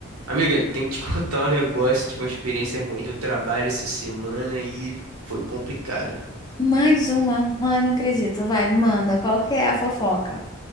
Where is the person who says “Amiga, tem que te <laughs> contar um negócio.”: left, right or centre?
Right